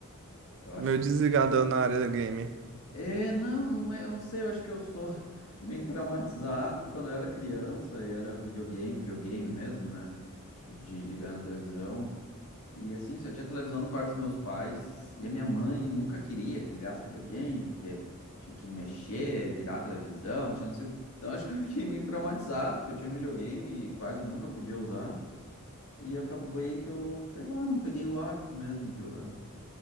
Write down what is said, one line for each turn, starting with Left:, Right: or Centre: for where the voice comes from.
Left: eu acho
Right: Meu
Left: que eu
Right: desligador
Left: sou meio
Right: na área da game.
Left: É, não, não é, eu não sei, eu acho que eu sou <laughs> meio traumatizado porque quando eu era criança e era videogame, videogame mesmo, né? Tipo, de ligar na televisão. E assim, só tinha televisão no quarto dos meus pais e a minha mãe nunca queria que ligasse videogame, porque tinha que mexer, virar a televisão, mexendo assim. Então eu acho que eu <laughs> fiquei meio traumatizado, porque eu tinha um videogame e quase nunca podia usar. E acabou aí que eu, sei lá, não peguei o hábito mesmo de jogar.